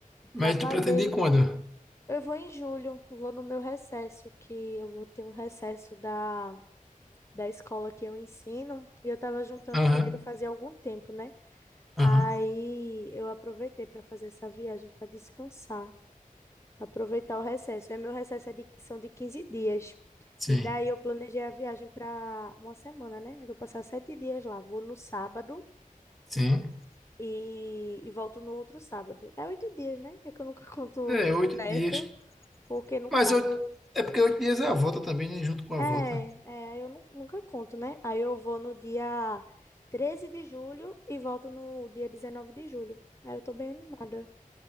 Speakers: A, in the centre; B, on the left.
A: Mas
B: trabalhei.
A: tu pretende ir quando?
B: Eu vou em julho, vou no meu recesso, que eu vou ter um recesso da, da escola que eu ensino, e eu estava juntando
A: Aham,
B: dinheiro fazia algum tempo, né?
A: aham.
B: Aí eu aproveitei para fazer essa viagem para descansar. Aproveitar o recesso. É, meu recesso é de- são de 15 dias.
A: Sim,
B: E daí eu planejei a viagem para uma semana, né? Eu vou passar sete dias lá. Vou no sábado
A: sim.
B: e, e volto no outro sábado. É oito dias, né? É que eu nunca <laughs> conto
A: É, oito
B: certo,
A: dias.
B: porque nunca.
A: Mas eu... é porque oito dias é a volta também, né? Junto com a
B: É,
A: volta.
B: é, aí eu nu- nunca conto, né? Aí eu vou no dia 13 de julho e volto no dia 19 de julho. Aí eu tô bem animada.